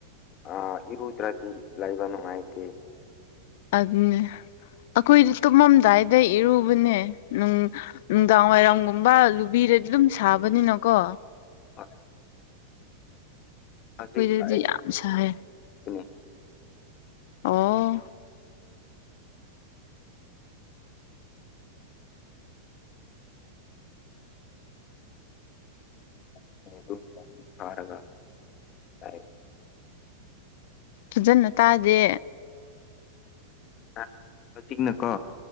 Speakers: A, on the left; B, on the left.
A: ꯑꯥ ꯏꯔꯨꯗ꯭ꯔꯗꯤ ꯂꯩꯕ ꯅꯨꯡꯉꯥꯏꯇꯦ꯫
B: ꯑꯗꯨꯅꯦ ꯑꯈꯣꯏꯗꯤ ꯇꯨꯝꯃꯝꯗꯥꯏꯗ ꯏꯔꯨꯕꯅꯦ ꯅꯨꯡ ꯅꯨꯡꯗꯥꯡ ꯋꯥꯏꯔꯝꯒꯨꯝꯕ ꯂꯨꯕꯤꯔꯗꯤ ꯑꯗꯨꯝ ꯁꯥꯕꯅꯤꯅꯀꯣ꯫
A: ꯍꯣꯏ, ꯍꯧꯖꯤꯛ
B: ꯑꯩꯈꯣꯏꯗꯗꯤ
A: ꯑꯩ꯫
B: ꯌꯥꯝ ꯁꯥꯏ
A: <inaudible>
B: ꯑꯣ꯫
A: <inaudible>
B: ꯐꯖꯅ ꯇꯥꯗꯦ꯫
A: ꯑꯥ ꯍꯧꯖꯤꯛꯅꯀꯣ